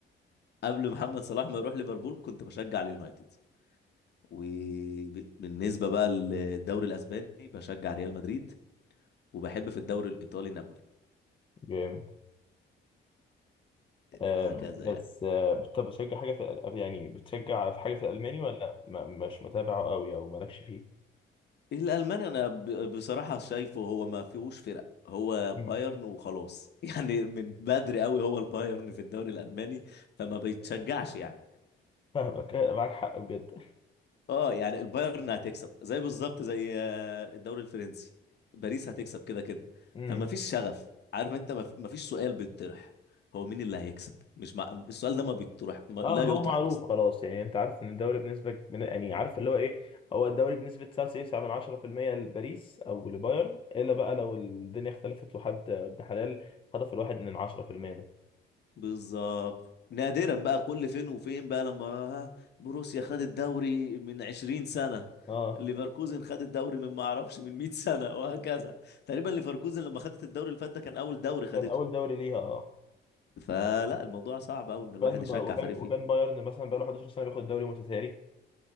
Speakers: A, on the left (about 55°); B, on the left (about 25°).
A: قبل محمد صلاح ما يروح ليفربول كنت بشجع اليونايتد وبالنسبه بقى للدوري الاسباني بشجع ريال مدريد وبحب في الدوري الايطالي نابولي
B: جامد آه
A: هكذا
B: بس
A: يعني
B: آه بت- طب بتشجع حاجة في الأل- يعني بتشجع في حاجة في الألماني ولا ما مش متابعه قوي او مالكش فيه
A: إيه، الالماني انا ب- بصراحه شايفه هو ما فيهوش فرق هو
B: <laughs> مم.
A: بايرن وخلاص <laughs> يعني من بدري قوي هو البايرن في الدوري الالماني فما بيتشجعش يعني
B: فاهمك آه، معاك حق بجد
A: اه يعني البايرن هتكسب زي بالظبط زي آه، الدوري الفرنسي باريس هتكسب كده كده
B: امم
A: فما فيش شغف عارف انت ما في- ما فيش سؤال بيطرح هو مين اللي هيكسب مش مع... السؤال ده ما بيطرح ما... لا
B: اه
A: يطرح
B: هو معروف
A: اصلا
B: خلاص يعني انت عارف ان الدوري بنسبة من يعني عارف اللي هو ايه هو الدوري بنسبة 99 من 10% لباريس او لبايرن الا بقى لو الدنيا اختلفت وحد ابن حلال خطف الواحد من 10%
A: بالظبط نادرا بقى كل فين وفين بقى لما ها، بروسيا خد الدوري من 20 سنة
B: اه
A: ليفركوزن خد الدوري من ما اعرفش من 100 سنة وهكذا تقريبا ليفركوزن لما خدت الدوري اللي فات ده كان اول دوري خدته
B: كان اول دوري ليها اه
A: فلا الموضوع صعب قوي ان الواحد
B: كان
A: يشجع
B: ب... وكان
A: فريق
B: وكان
A: فيه
B: بايرن مثلا بقاله 11 سنه بياخد الدوري متتالي